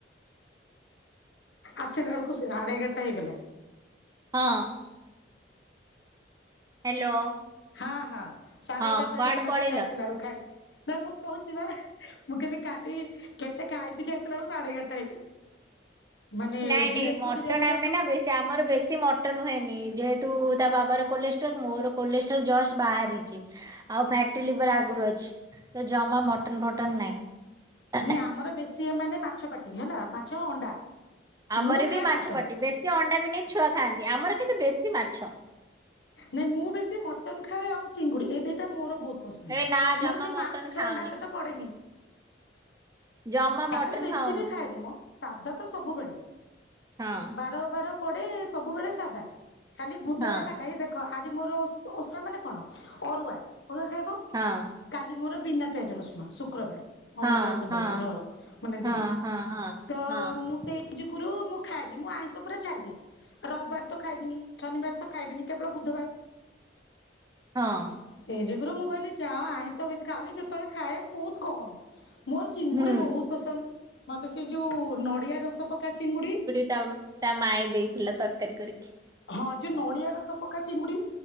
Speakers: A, on the left; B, on the right.
A: ଆସିଲା ଏଳକୁ ସାଢ଼େ ଏଗାରଟା ହେଇଗଲା।
B: ହଁ। ହ୍ୟାଲୋ।
A: ହଁ ହଁ ସାଢେ
B: ହଁ
A: ଏଗାରଟା
B: କୁଆଡେ
A: ହେଇଗଲା
B: ପଳେଇଲ?
A: ଖାଲି ଆସିଲା ଏଳୁ ଖାଇକି। ନା ମୁଁ କହୁଚି ବା ମୁଁ କହିଲି କାଲି କେତେ ଖାଇ ପିିଇକି ଆସିଲା ବେଳୁ ସାଢେ ଏଗାରଟା ହେଇଗଲା। ମାନେ
B: ନାଇଁ ନାଇଁ
A: ବିରିୟାନୀ
B: ମଟନ
A: କୁ ବିରିୟାନୀ ଖାଇଲୁ
B: ଆମେ ନା ବେଶୀ ଆମର ବେଶୀ ମଟନ ହୁଏନି ଯେହେତୁ ତା ବାବା ର କୋଲେଷ୍ଟ୍ରୋଲ ମୋର କୋଲେଷ୍ଟ୍ରୋଲ ଜଷ୍ଟ ବାହାରିଚି। ଆଉ ଫ୍ୟାଟି ଲିଭର ଆଗରୁ ଅଛି ତ ଜମା ମଟନ ଫଟନ ନାଇଁ।
A: ନାଇଁ ଆମର ବେଶୀ ଏ ମାନେ ମାଛ ପାଟି ହେଲା ମାଛ ଅଣ୍ଡା।
B: ଆମର
A: ମୁଁ ଖାଏ
B: ବି ମାଛ
A: ମଟନ।
B: ପାଟି ବେଶୀ ଅଣ୍ଡା ବି ନାଇ ଛୁଆ ଖାଆନ୍ତି ଆମର କିନ୍ତୁ ବେଶୀ ମାଛ।
A: ନାଇଁ ମୁଁ ବେଶୀ ମଟନ ଖାଏ ଆଉ ଚିଙ୍ଗୁଡି ଏଇ ଦିଟା ମୋର ବହୁତ ପସନ୍ଦ।
B: ଏ ନା
A: ମୋର
B: ଜମା
A: ସେଇ
B: ମଟନ
A: ମାଛ
B: ଖାଉନି
A: ଅଣ୍ଡା ସେତ ପଡେନି।
B: ଜମା
A: ତାପରେ
B: ମଟନ
A: ବେଶୀ
B: ଖାଉନି
A: ବି ଖାଏନି ମ ସାଧା ତ ସବୁବେଳେ।
B: ହଁ
A: ବାର ଅବାର ପଡେ ସବୁବେଳେ ସାଧା ଖାଲି ବୁଧବାର
B: ହଁ
A: ଏଇ ଦେଖ ଆଜି ମୋର ଓଷ ଓଷା ମାନେ କଣ ଅରୁଆ ଅରୁଆ ଖାଇବ।
B: ହଁ
A: କାଲି ମୋର ବିନା ପିଆଜ ରଶୁଣ ଶୁକ୍ରବାର। ଅନୁକୂଳ
B: ହଁ
A: ଚନ୍ଦ୍ରଙ୍କର
B: ହଁ
A: ମାନେ ଦିନ
B: ହଁ ହଁ ହଁ ହଁ।
A: ତ
B: ହଁ
A: ମୁଁ ସେଇ <unintelligible> ଗୁରୁ ମୁଁ ଖାଏନି ମୁଁ ଆଇଁଷ ପୁରା ଛାଡି ଦେଇଚି। ରବିବାର ତ ଖାଇବିନି ଶନିବାର ତ ଖାଇବିନି କେବଳ ବୁଧବାର।
B: ହଁ।
A: ସେଇ ଯୋଗୁରୁ ମୁଁ କହିଲି ଯାଅ ଆଇଁଷ ବେଶୀ ଖାଉନି ଯେତେବେଳେ ଖାଏ ବହୁତ କମ। ମୋର ଚିଙ୍ଗୁଡି
B: ହୁଁ
A: ବହୁତ ପସନ୍ଦ। ମତେ ସେ ଯୋଉ ନଡିଆ ରସ ପକା ଚିଙ୍ଗୁଡି
B: ତ ତା ମାାଇଁ ଦେଇଥିଲା ତରକାରୀ କରିକି।
A: ହଁ ଯେ ନଡ଼ିଆ ରସ ପକା ଚିଙ୍ଗୁଡି